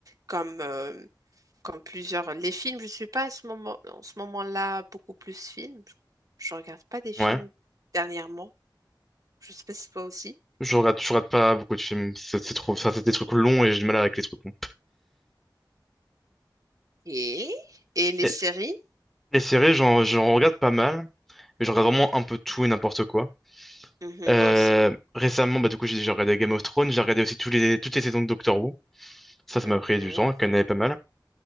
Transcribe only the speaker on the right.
Comme... euh, comme plusieurs. Les films, je suis pas à ce moment, en ce moment-là beaucoup plus film. Je regarde pas des films
dernièrement. Je sais pas si toi aussi.
Et, et les
séries?
Mhm,
moi aussi.
Mhm.